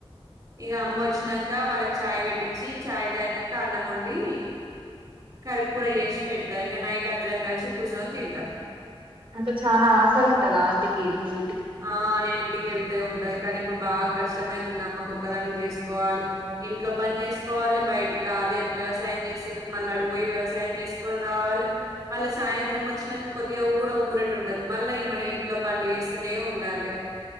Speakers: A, on the right (about 40°); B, on the right (about 60°).
A: ఇక అమ్మ వచ్చి నంక వాళ్ళక్ చాయ్ పెట్టించి చాయ్ తాగినాక అన్నం వండి కరి కూర చేసి పెడతా ఇంకా నైట్ అందరం కలిసి కూర్చొని తింటాం
B: అంటే చాల ఆసర ఉంటదా ఆంటీకి నువి
A: ఆ నేను ఇంటికి వెళ్తే ఉంట ది కాని ఇప్పుడు బాగా కష్టం అవుతుంది అమ్మకు ఒకదాని చేసుకోవాలి ఇంట్లో పని చేసుకోవాలి బయటికి అదే వ్యవసాయం చేసేందుకు మళ్ళీ అడి పోయి వ్యవసాయం చేసుకొని రావాలి మళ్ళ సాయంత్రం వచ్చినాక కొద్దిగా కూడా ఊరట ఉండదు మళ్ళీ ఈ మనం ఇంట్లో పనులు చే స్తేనె ఉండాలే